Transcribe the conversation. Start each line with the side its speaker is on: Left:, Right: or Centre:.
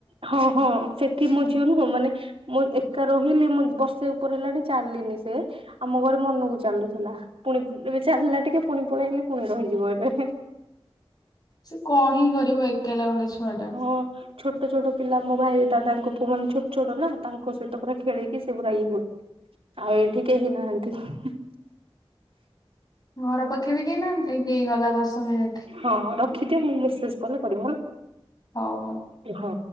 Right: ହଁ ହଁ ସେ କି ମୋ ଝିଅ ନୁହଁ ମାନେ ମୁଁ ଏକା ରହିଲି ମୁଁ ବର୍ଷେ ଉପରେ ହେଲାଣି ଚାଲିିନି ସେ ଆମ ଘରେ ମନକୁ ଚାଲୁଥିଲା ପୁଣି ଏବେ ଚାଲିଲା ଟିକେ ପୁଣି ପଳେଇଲେ ପୁଣି ରହିଯିବ ଏବେ
Left: ସେ କଣ ହିଁ କରିବ ଏକଲା ଗୋଟେ ଛୁଆ ଟା
Right: ହଁ ଛୋଟ ଛୋଟ ପିଲା ମୋ ଭାଇ ଦାଦାଙ୍କ ପୁଅ ମାନେ ଛୋଟ ଛୋଟ ନା ତାଙ୍କ ସହିତ ପୁରା ଖେଳିକି ସେ ପୁରା ଇ ହଉ ଆଉ ଏଇଠି କେହି ନାହାନ୍ତି ।
Left: ଘର ପାଖେ ବି କେହି ନାହାନ୍ତି, ଏଇ ହେଇଗଲା ଦଶ ମିନିଟ।
Right: ହଁ ମୁଁ ମେସେଜ କଲେ ପିବ ହେଲା <unintelligible>
Left: ହଉ ହଉ
Right: ଓ ହୋ